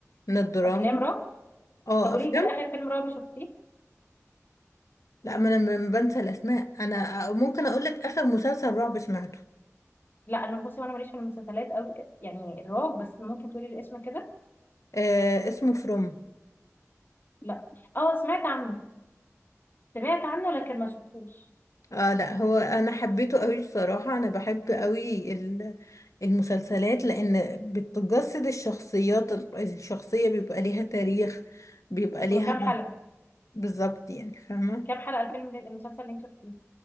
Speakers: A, on the left; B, on the left.
A: من الدراما
B: افلام رعب
A: اه
B: طب قولي
A: أفلام
B: كده اخر فيلم رعب شفتيه
A: لا ما أنا م- بنسى الأسماء أنا ممكن أقولك آخر مسلسل رعب سمعته
B: لا انا بصي وانا ماليش في المسلسلات قوي يعني الرعب بس ممكن تقولي الاسم كده
A: آه اسمه فروم
B: لا اه سمعت عنه سمعت عنه لكن ما شفتوش
A: اه لا هو انا حبيته قوي بصراحة انا بحب قوي ال- المسلسلات لان بتجسد الشخصيات ال- الشخصية بيبقى ليها تاريخ بيبقى ليها
B: هو كام حلقه
A: بالظبط يعني فاهمة
B: كام حلقه الفيلم المسلسل اللي انت شفتيه